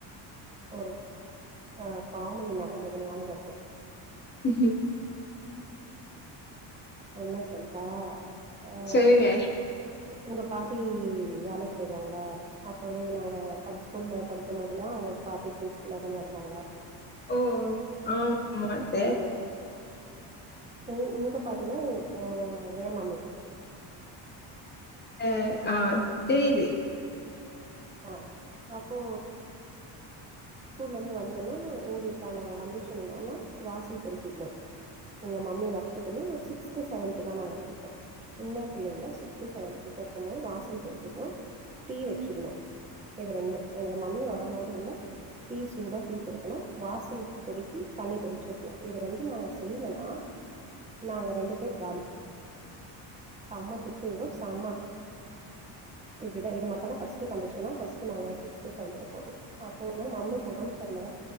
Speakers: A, on the right; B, on the left.
A: ஒரு அ காமெடி நடந்தது ஞாபக இருக்கு
B: உ
A: என்ன சொல்ட்டா அ
B: சரிங்க
A: உங்க பாட்டி வேலைக்கு போயிடுவாங்கள அப்பவே நாங்க ஸ்கூல்ல படிக்கும்பதெல்லாம் அவங்க பாட்டி பிரின்ஸ்பில்லா தான இருக்காங்க
B: ஓ ஓ ஆமாமா அத்த
A: ஓ உ உங்க பாத்தீனா அ ஏ மமி
B: அ ஆ தெரியுது
A: அ அப்போ ஸ்கூல்ல இருந்து வந்தோனும் எங்களுக்கான கண்டிஷன் என்னன்னா வாசல் பெருக்கிடணும் எங்க மம்மி வரத்துக்குள்ள ஒரு சிக்ஸ்த் செவன்த் தான் நாங்க படிப்போம் சின்ன பிள்ளைங்களை சிக்ஸ்த் செவன்த் இருக்கும் போது வாசல் பெரூக்கிடணு டீ வச்சிடணு இது ரெண்டு எங்க மம்மி வரும்போது உள்ள டீ சூடா டீ குடுக்கணும் வாசல் பெருக்கி தண்ணி தெளிச்சிருக்கணும் இது ரெண்டும் நாங்க செய்யலன்னா நாங்க ரெண்டு பேர் காலி செம்ம தி திட்டு விழும் செம இப்படிதான் இது மட்டு தா ஃபஸ்ட் ஃபர்ஸ்ட் டு கண்டிஷன ஃபர்ஸ்ட் நாங்க சிக்சுத் செவன்த் ல போட்டது அப்ப ஒரு நாள் மம்மிகி உடம்பு சரியில்ல